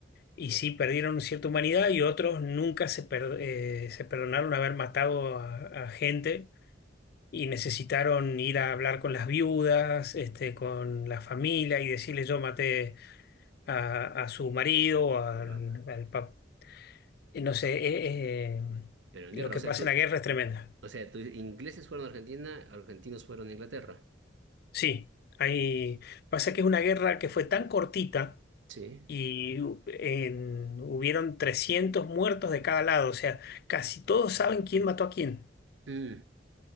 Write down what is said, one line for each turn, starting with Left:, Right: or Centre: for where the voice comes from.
Left: Y sí, perdieron cierta humanidad y otros nunca se, per- eh, se perdonaron haber matado a, a gente y necesitaron ir a hablar con las viudas, este, con la familia y decirle yo maté a, a su marido, o al,
Right: No.
Left: al pap- eh, No sé, eh, eh,
Right: Pero en
Left: lo
Right: guerra,
Left: que
Right: o sea,
Left: pasa
Right: tú,
Left: en la guerra es tremenda.
Right: o sea, tú- ingleses fueron a Argentina, argentinos fueron a Inglaterra.
Left: Sí, hay, pasa que es una guerra que fue tan cortita
Right: Sí.
Left: y hu- en- hubieron 300 muertos de cada lado, o sea, casi todos saben quién mató a quién.
Right: Mm.